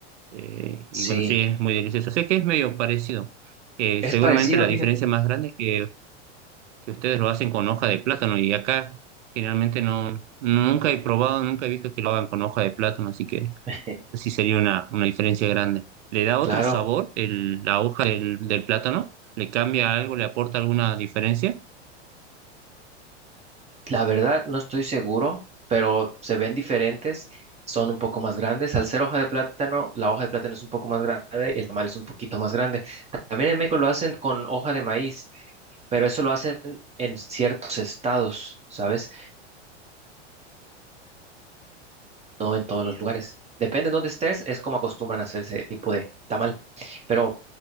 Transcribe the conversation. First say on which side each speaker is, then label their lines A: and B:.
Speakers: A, on the right (about 80°); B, on the right (about 20°).
A: Eh, y
B: Sí,
A: bueno, sí, es muy delicioso. Sé que es medio parecido. Eh,
B: es
A: seguramente
B: parecido,
A: la
B: fíjate.
A: diferencia más grande es que, que ustedes lo hacen con hoja de plátano y acá generalmente no, nunca he probado, nunca he visto que lo hagan con hoja de plátano, así que
B: <laughs>
A: sí sería una, una diferencia grande. ¿Le da otro
B: Claro.
A: sabor el- la hoja del, del plátano? ¿Le cambia algo? ¿Le aporta alguna diferencia?
B: La verdad, no estoy seguro, pero se ven diferentes, son un poco más grandes. Al ser hoja de plátano, la hoja de plátano es un poco más grande y el tamal es un poquito más grande. También en México lo hacen con hoja de maíz, pero eso lo hacen en ciertos estados, ¿sabes? No en todos los lugares. Depende de dónde estés, es como acostumbran a hacer ese tipo de tamal. Pero